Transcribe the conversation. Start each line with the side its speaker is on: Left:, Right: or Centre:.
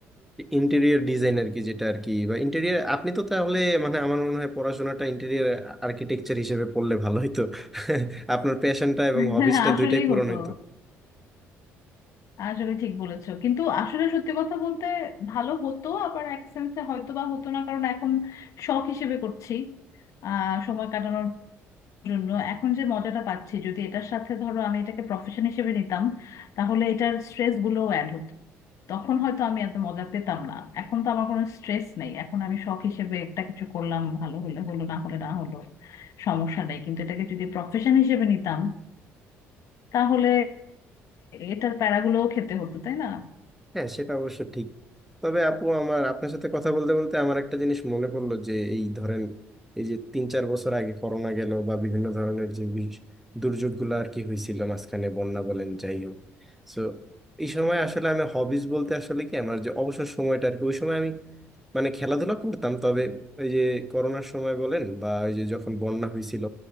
Centre: ইন্টেরিয়র ডিজাইন আর কি যেটা আর কি বা ইন্টেরিয়র আপনি তো তাহলে মানে আমার মনে হয় পড়াশোনাটা ইন্টেরিয়র আর্কিটেকচার হিসেবে পড়লে ভালো হতো <laughs> আপনার প্যাশনটা এবং
Left: <laughs>
Centre: হবিসটা
Left: আসলেই
Centre: দুইটাই পূরণ
Left: হতো
Centre: হইতো
Left: আসলে ঠিক বলেছো কিন্তু আসলে সত্যি কথা বলতে ভালো হতো আবার এক সেন্সে হয়তো বা হতো না কারণ এখন শখ হিসেবে করছি আহ সময় কাটানোর জন্য এখন যে মজাটা পাচ্ছি যদি এটার সাথে ধরো আমি এটাকে প্রফেশন হিসেবে নিতাম তাহলে এটার স্ট্রেস গুলোও অ্যাড হতো তখন হয়তো আমি এত মজা পেতাম না এখন তো আমার কোনো স্ট্রেস নেই এখন আমি শখ হিসেবে একটা কিছু করলাম ভালো হলে হলো না হলে না হলো সমস্যা নেই কিন্তু এটাকে যদি প্রফেশন হিসেবে নিতাম তাহলে এটার প্যারাগুলোও খেতে হতো তাই না
Centre: হ্যাঁ সেটা অবশ্য ঠিক তবে আপু আমার আপনার সাথে কথা বলতে বলতে আমার একটা জিনিস মনে পড়লো যে এই ধরেন এই যে তিন চার বছর আগে করোনা গেল বা বিভিন্ন ধরনের যে বিষ- দুর্যোগগুলো আর কি হয়েছিল মাঝখানে বন্যা বলেন যাই হোক সো এই সময় আসলে আমি হবিজ বলতে আসলে কি আমার যে অবসর সময়টা আর কি ওই সময় আমি মানে খেলাধুলা করতাম তবে ওই যে করোনার সময় বলেন বা ওই যে যখন বন্যা হয়েছিল